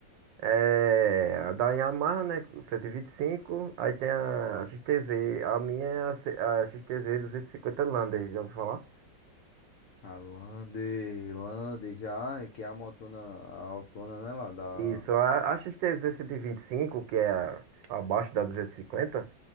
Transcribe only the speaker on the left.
A Lande, Lande já, é que é a motona, a autona, né, lá, da...